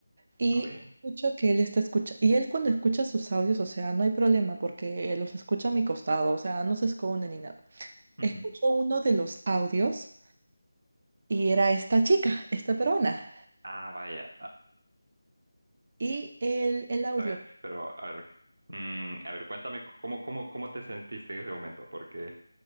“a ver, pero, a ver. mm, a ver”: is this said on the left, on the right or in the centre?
Right